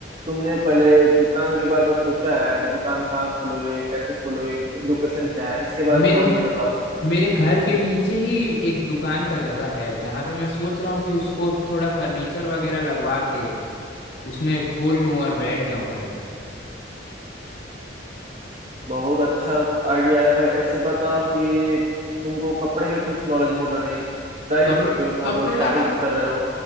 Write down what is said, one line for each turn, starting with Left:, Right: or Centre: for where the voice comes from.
Right: तुमने पहले दुकान के बारे में सोचा है कि दुकान कहाँ खोलोगे कैसे खोलोगे लोकेशन क्या है इसके बारे में
Left: मेरे
Right: थोड़ा मुझे बताओ
Left: मेरे घर के नीचे ही एक दुकान का जगह है जहाँ पे मैं सोच रहा हूँ कि उसको थोड़ा फर्नीचर वगैरह लगवा के उसमें खोल लूँ और बैठ जाऊँ भाई
Right: बहुत अच्छा आइडिया है भाई ऐसे बताओ कि तुमको कपड़े का कुछ नॉलेज होगा नहीं राइट
Left: कप
Right: क्योंकि तुम
Left: कपड़ा
Right: तो स्टार्टिंग कर रहे हो